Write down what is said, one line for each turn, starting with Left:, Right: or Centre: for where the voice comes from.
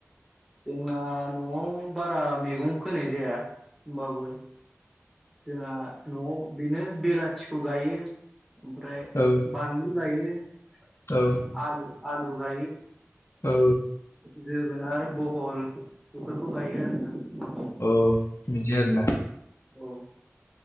Centre: जोंना न'आव बारा मैगं फोनाय जाया होमबाबो जोंहा न'आव बेनो बेलाथिखौ गायो ओमफ्राय
Left: औ
Centre: बानलु गायो
Left: औ
Centre: आलु-आलु गायो
Left: औ
Centre: जोगोनार, बहल बेफोरखौ गायो आरोना
Left: अ बिदि आरो
Centre: बेल'
Left: ना?
Centre: औ